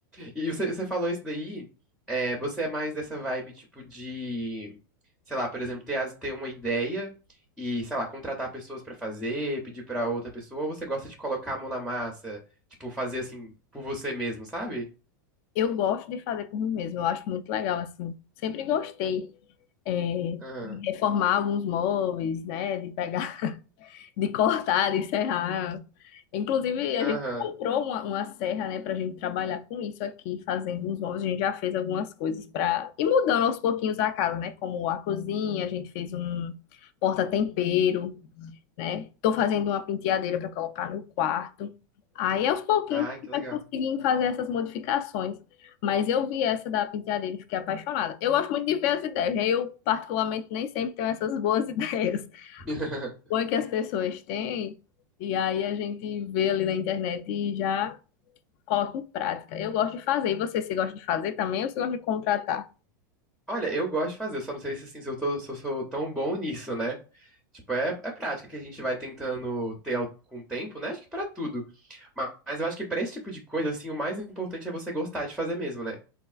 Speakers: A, in the centre; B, on the left.
A: E você, você falou isso daí, é, você é mais dessa vibe tipo de, sei lá, por exemplo, ter, as- ter uma ideia e, sei lá, contratar pessoas pra fazer, pedir pra outra pessoa, ou você gosta de colocar a mão na massa, tipo, fazer assim por você mesmo, sabe?
B: Eu gosto de fazer por mim mesma, eu acho muito legal assim. Sempre gostei é,
A: Aham.
B: de reformar alguns móveis, né, de pegar de cortar, de serrar. Inclusive, a
A: Aham.
B: gente comprou uma, uma serra, né, pra gente trabalhar com isso aqui, fazendo uns móveis. A gente já fez algumas coisas pra ir mudando aos pouquinhos a casa, né, como a cozinha, a gente fez um porta-tempero, né. Tô fazendo uma penteadeira pra colocar no quarto. Aí, aos pouquinhos,
A: Ai,
B: a
A: que
B: gente vai
A: legal.
B: conseguindo fazer essas modificações. Mas eu vi essa da penteadeira e fiquei apaixonada. Eu gosto muito de ver as ideias, né? Eu, particularmente, nem sempre tenho essas boas <laughs> ideias
A: <laughs>
B: bom é que as pessoas têm, e aí a gente vê ali na internet e já coloca em prática. Eu gosto de fazer. E você, você gosta de fazer também ou você gosta de contratar?
A: Olha, eu gosto de fazer, só não sei se, assim, se eu tô- se eu sou tão bom nisso, né? Tipo, é, é prática que a gente vai tentando ter ao- com o tempo, né? Acho que pra tudo. Mas, mas eu acho que pra esse tipo de coisa, assim, o mais importante é você gostar de fazer mesmo, né?